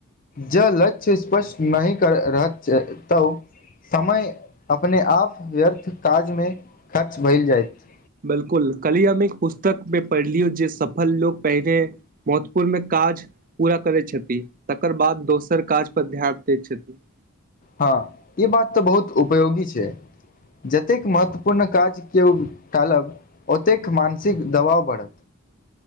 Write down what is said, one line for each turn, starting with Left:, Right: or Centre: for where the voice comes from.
Left: जँ लक्ष्य स्पष्ट नहि कर रहल छै तऽ समय अपने आप व्यर्थ काजमे खर्च भेल जायत
Right: बिलकुल कलियामे एक पुस्तक मे पढ़लिय जे सफल लोको पहिने महत्वपूर्णकाज पूरा करै छथि तकर बाद दोसर काज पर ध्यान दैत छथिन
Left: हँ ई बात तऽ बहुत उपयोगी छै जतेक महत्वपूर्ण काज केओ टालब ओतेक मानसिक दबाव बढ़त